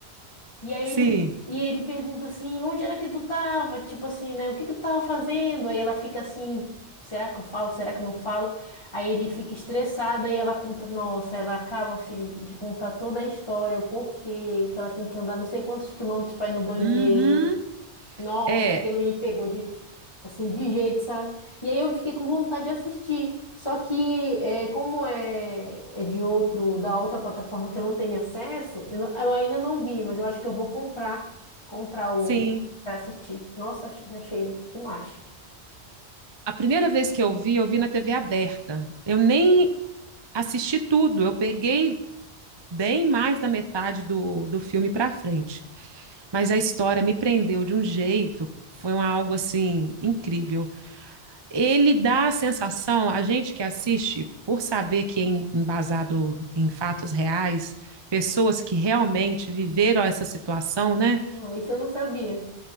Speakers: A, on the left; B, on the right.
A: E aí
B: Sim.
A: ele, e ele pergunta assim, onde era que tu tava? Tipo assim, né? O que que tu tava fazendo? Aí ela fica assim, será que eu falo? Será que eu não falo? Aí ele fica estressado e ela conta, nossa, ela acaba assim de contar toda a história, o porquê que ela tem que andar não sei quantos quilômetros para ir no banheiro.
B: Uhum.
A: Nossa,
B: É,
A: aquilo me pegou de assim, de jeito, sabe? E aí eu fiquei com vontade de assistir. Só que, é, como é, é de outro, da outra plataforma que eu não tenho acesso, eu, não- eu ainda não vi, mas eu acho que eu vou comprar, comprar o,
B: sim.
A: pra assistir. Nossa, achei, achei demais.
B: A primeira vez que eu vi, eu vi na TV aberta. Eu nem assisti tudo, eu peguei bem mais da metade do, do filme para frente. Mas a história me prendeu de um jeito, foi um algo assim incrível. ele dá a sensação, a gente que assiste, por saber que é em- embasado em fatos reais, pessoas que realmente viveram essa situação, né?
A: Ah, Isso eu não sabia.